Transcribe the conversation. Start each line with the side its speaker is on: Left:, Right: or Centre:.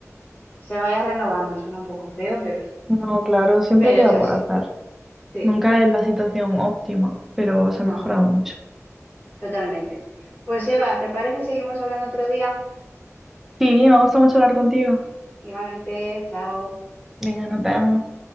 Left: se vaya renovando. Suena un poco feo, pero,
Centre: No, claro, siempre
Left: pero
Centre: queda
Left: es así.
Centre: por hacer.
Left: Sí,
Centre: Nunca es la situación óptima, pero se
Left: no,
Centre: ha mejorado mucho.
Left: totalmente. Pues Eva, ¿te parece? Seguimos hablando otro día.
Centre: Sí, me gusta mucho hablar contigo.
Left: Igualmente, chao.
Centre: Venga, nos vemos.